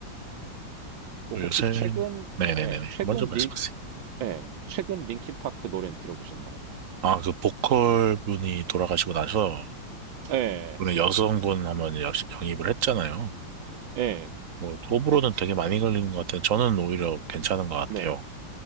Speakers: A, on the right; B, on the right.
A: 뭐
B: 요새
A: 혹시 최근
B: 네네네네.
A: 예, 최근
B: 먼저 말씀하세요.
A: 링 예, 최근 링킨 파크 노래는 들어보셨나요?
B: 아, 그 보컬 분이 돌아가시고 나서
A: 예,
B: 오늘 여성분 한번 여- 영입을 했잖아요.
A: 예,
B: 뭐, 호불호는 되게 많이 걸리는 것 같아요. 저는 오히려 괜찮은 것 같아요.
A: 네.